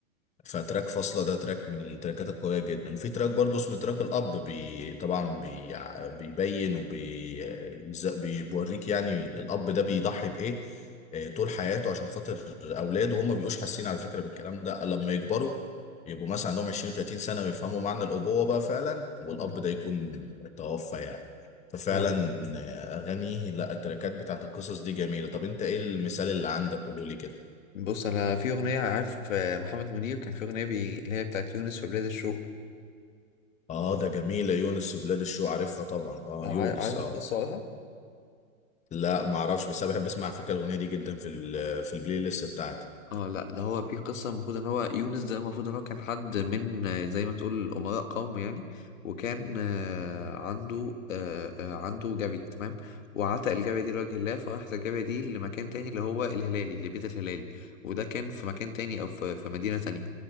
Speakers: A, on the left; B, on the left.
A: فتراك فاصلة ده تراك من التراكات القوية جدا وفي تراك برضه اسمه تراك الأب بي طبعا بي بيبين وبيوريك يعني الأب ده بيضحي بإيه آه، طول حياته عشان خاطر أولاده وهم بيبقوش حاسين على فكرة بالكلام ده لما يكبروا يبقوا مثلا عندهم 20 و30 سنة ويفهموا معنى الأبوة بقى فعلا والأب
B: مم.
A: ده يكون توفى يعني ففعلا
B: تمام.
A: آه، أغاني لا التراكات بتاعت القصص دي جميلة طب أنت إيه المثال اللي عندك قولولي كده
B: بص أنا في أغنية عارف آه، محمد منير كان في أغنية بي... اللي هي بتاعت يونس في بلاد الشوق
A: اه ده جميلة يونس بلاد الشو عارفها طبعا اه
B: عار-
A: يونس
B: عارف
A: اه
B: القصة وراها؟
A: لا ما اعرفش بس انا بحب اسمع على فكرة الاغنية دي جدا في ال- في البلاي ليست بتاعتي
B: اه لا ده هو في قصة المفروض ان هو يونس ده المفروض ان هو كان حد من آه، زي ما تقول امراء قوم يعني وكان آه، عنده آه، آه، عنده جارية تمام وعتق الجارية دي لوجه الله فراحت الجارية دي لمكان تاني اللي هو الهلالي لبيت الهلالي وده كان في مكان تاني او في في مدينة تانية